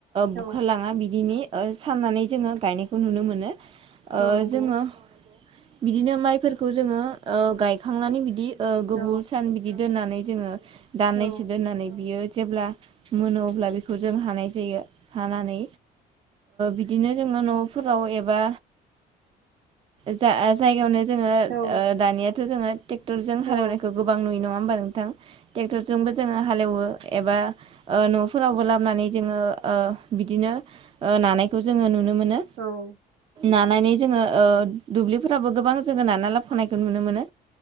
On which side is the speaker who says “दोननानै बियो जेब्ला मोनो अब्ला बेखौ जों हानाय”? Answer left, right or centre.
Right